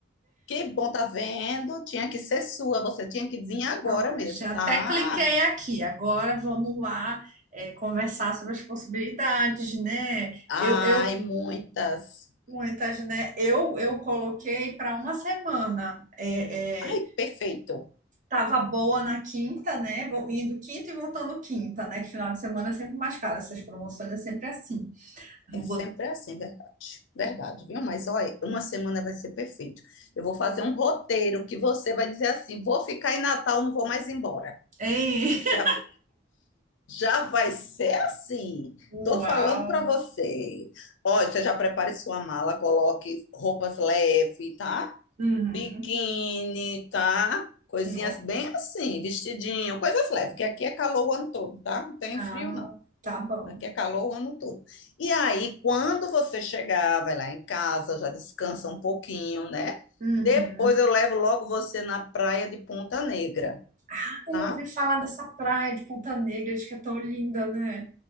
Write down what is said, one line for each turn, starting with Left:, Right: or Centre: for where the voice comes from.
Left: Que bom, tá vendo? Tinha que ser sua, você tinha que vir agora
Right: Ah,
Left: mesmo.
Right: já até
Left: Ah,
Right: cliquei aqui. Agora vamos lá, é, conversar sobre as possibilidades, né?
Left: ai,
Right: Eu, eu
Left: muitas.
Right: muitas, né? Eu, eu coloquei para uma semana. é,
Left: Ai,
Right: é,
Left: perfeito.
Right: Tava boa na quinta, né? Vou Indo quinta e voltando quinta, né? Que final de semana é sempre mais caro. Essas promoções é sempre assim. Eu
Left: É sempre
Right: botei.
Left: assim, verdade. Verdade, viu? Mas olha, uma semana vai ser perfeito. Eu vou fazer um roteiro que você vai dizer assim: vou ficar em Natal, não vou mais embora.
Right: <laughs>
Left: Já, já vai ser assim.
Right: Uau!
Left: Tô falando para você. Olha, você já prepare sua mala, coloque roupas leves, tá?
Right: Uhum.
Left: biquíni, tá? Coisinhas
Right: Não.
Left: bem assim, vestidinho, coisas leves, porque aqui é calor o ano todo, tá? Não tem
Right: Ah,
Left: frio, não.
Right: tá bom.
Left: Aqui é calor o ano todo. E aí, quando você chegar, vai lá em casa, já descansa um pouquinho, né?
Right: Uhum.
Left: Depois eu levo logo você na praia de Ponta Negra,
Right: Ai,
Left: tá?
Right: eu ouvi falar dessa praia de Ponta Negra, diz que é tão linda, né?